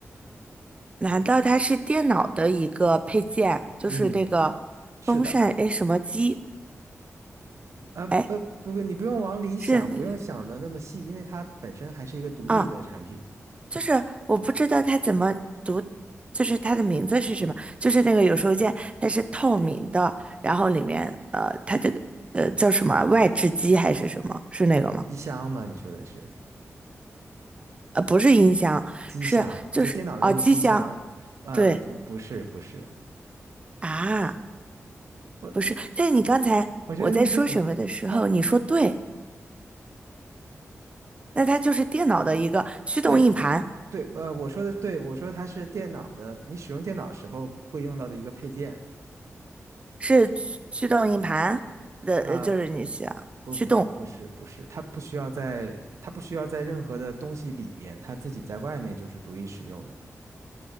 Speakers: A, on the right; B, on the right.
A: 难道它是电脑的一个配件？就是那个风扇，
B: 嗯，是的，
A: 哎，什么机？
B: 呃，不不不，
A: 哎，
B: 你不用往里想，
A: 是那个。
B: 不用想的那么细，因为它本身还是一个独立的产品。
A: 啊。就是我不知道它怎么读，就是它的名字是什么？就是那个有收件，它是透明的，然后里面呃，它这个呃叫什么啊外置机还是什么？是那个吗？
B: 机箱嘛，你说的是
A: 呃，不是音箱，
B: 机箱，
A: 是就是哦机箱，
B: 就电脑的那个机箱，呃，
A: 对
B: 不不是不是。
A: 啊，
B: 我
A: 不是。但是你刚才我在说什么的时候，
B: 我觉得你已经很，他
A: 你说对，那它就是电脑的一个驱动硬盘，
B: 对对，呃，我说的对，我说它是电脑的，你使用电脑时候会用到的一个配件
A: 是驱驱动硬盘的，
B: 啊，
A: 呃就是你想驱动
B: 不不不是不是，它不需要在它不需要在任何的东西里面，它自己在外面就是独立使用的，